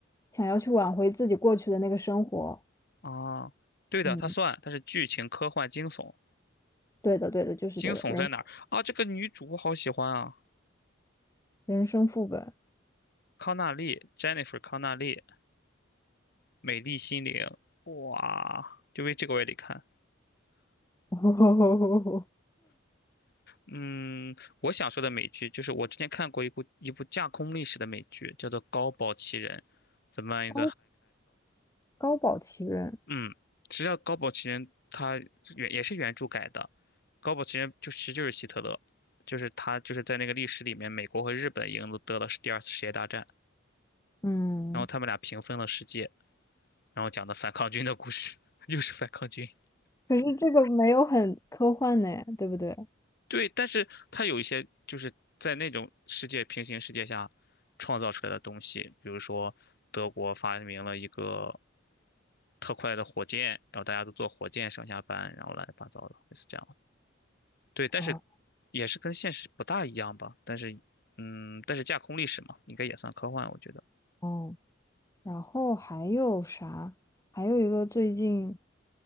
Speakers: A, on the left (about 15°); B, on the left (about 55°).
A: 想要去挽回自己过去的那个生活。
B: 啊，对的，
A: 嗯，
B: 他算，他是剧情、科幻、惊悚。
A: 对的，对的，就是这个人
B: 惊悚在哪儿啊？这个女主我好喜欢啊，
A: 人生副本，
B: 康纳利，Jennifer 康纳利，美丽心灵，哇，就为这个我也得看。
A: <laughs>
B: 嗯，我想说的美剧就是我之前看过一部一部架空历史的美剧，叫做《高堡奇人》，《怎么样？
A: 高高保奇人。
B: 嗯，实际上《高堡奇人》他原也是原著改的，《高堡奇人》就其实就是希特勒，就是他就是在那个历史里面，美国和日本赢了得了第二次世界大战，
A: 嗯，
B: 然后他们俩平分了世界，然后讲的反抗军的故事，<laughs> 又是反抗军。
A: 可是这个没有很科幻呢，对不对？
B: 对，但是他有一些就是在那种世界平行世界下创造出来的东西，比如说德国发明了一个特快的火箭，然后大家都坐火箭上下班，然后乱七八糟的，类似这样。对，但是
A: 哦
B: 也是跟现实不大一样吧。但是，嗯，但是架空历史嘛，应该也算科幻，我觉得。
A: 哦，然后还有啥？还有一个最近